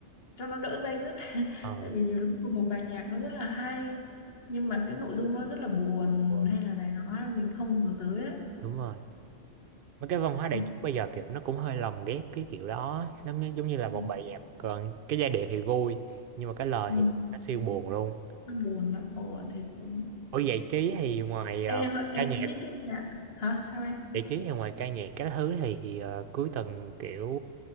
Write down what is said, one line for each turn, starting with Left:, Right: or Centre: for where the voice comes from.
Left: cho nó đỡ day dứt <laughs>
Right: ờ
Left: tại vì nhiều lúc một một bài nhạc nó rất là hay nhưng mà cái nội dung nó rất là buồn
Right: đúng rồi
Left: hay là này nó ấy, mình không ngờ tới ấy.
Right: đúng rồi mấy cái văn hóa đại
Left: Đấy.
Right: chúng bây giờ kiểu nó cũng hơi lồng ghép cái kiểu đó nó như, giống như là
Left: Ừ.
Right: một bài nhạc còn cái giai điệu thì vui nhưng mà cái lời
Left: Ừ.
Right: thì
Left: Ừ.
Right: nó siêu buồn luôn
Left: nó buồn nó ồ thiệt buồn
Right: ở giải trí thì ngoài ờ,
Left: Ê, Hội, em
Right: ca nhạc
Left: không biết cái nhạc hả sao em
Right: giải trí thì ngoài ca nhạc các thứ thì ờ, cuối tuần kiểu